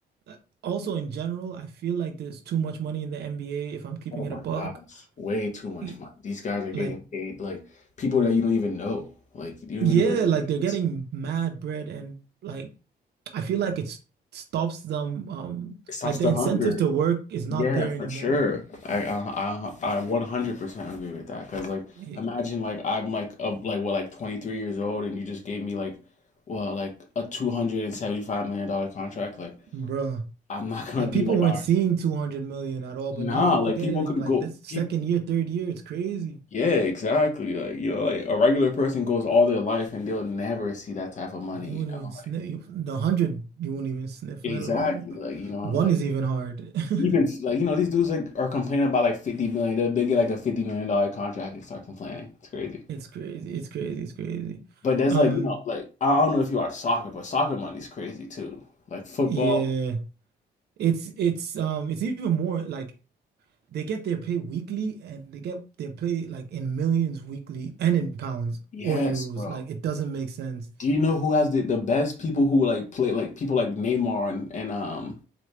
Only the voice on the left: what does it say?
Oh my
gosh, way too much
money. These guys are getting
paid like people that you don't even know. Like you
don't even know their names.
It stops
the
hunger.
Yeah,
for sure. I I I I 100% agree with that. Cause like,
imagine like I'm like of like what like 23 years old, and you just gave me like, well like a 275 million dollar contract. Like,
I'm not gonna
be
like,
all right,
nah.
Like
people
can
go
people.
Yeah, exactly. Like you know, like a regular person goes all their life and they'll never see that type of money.
You
know,
like
exactly.
Like you know,
like
even
like you know these dudes like are complaining about like 50 They'll, get like a 50 million dollar contract and start complaining. It's crazy.
But there's
like, you know, like I don't know if you watch soccer, but soccer money's crazy too. Like football.
Yes,
bro.
Do you know who has the, the best people who like play like people like Neymar and, and um